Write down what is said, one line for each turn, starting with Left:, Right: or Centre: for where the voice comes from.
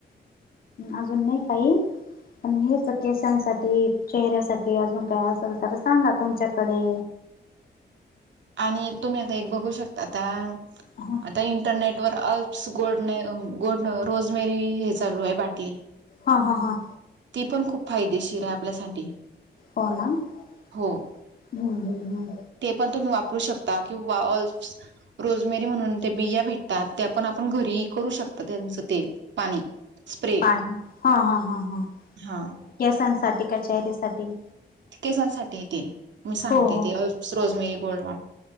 Left: अजून नाही काही पन हेच केसासाठी, चेहऱ्यासाठी अजून काय असल तर सांगा तुमच्याकडे
Right: आणि तुम्ही आता एक बघू शकता त्या
Left: हा
Right: आता इंटरनेटवर अल्पस गोडणे गोड रोजमेरी हे चालू आहे बाटली
Left: हा हा हा.
Right: ती पण खूप फायदेशीर आहे आपल्यासाठी.
Left: हो ना हम्
Right: हो
Left: हम् हम्.
Right: ते पण तुम्ही वापरू शकता किंवा ऑल्प्स रोजमेरी म्हणून ते बिया भेटतात त्या पण आपण घरी करू शकत त्यांचं तेल, पाणी स्प्रे
Left: पाणी हा हा ह ह
Right: हा
Left: केसांसाठी का चेहऱ्यासाठी
Right: केसांसाठी तेे मी सांगते
Left: हो हो
Right: ते रोजमेरी गोल्ड वाट